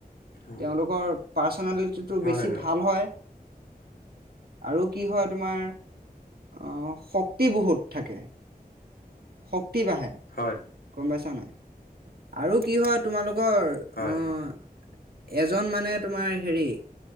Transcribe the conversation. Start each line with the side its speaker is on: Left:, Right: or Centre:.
Left: হয়
Right: তেওঁলোকৰ পাৰ্চনেলিটিটো
Left: হয়
Right: বেছি ভাল হয়। আৰু কি হয় তোমাৰ, আহ শক্তি বহুত থাকে। শ ক্তি বাঢ়ে,
Left: হয়
Right: গম পাইছা নাই। আৰু কি হয় তোমালোক ৰ
Left: হয়
Right: উম
Left: হয়
Right: এজন মানে তোমাৰ হেৰি,